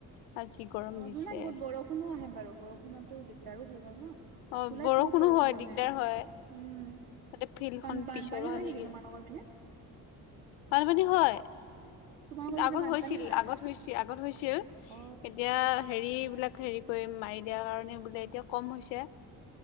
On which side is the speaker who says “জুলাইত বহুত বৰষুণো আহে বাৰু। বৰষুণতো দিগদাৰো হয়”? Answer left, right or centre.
Right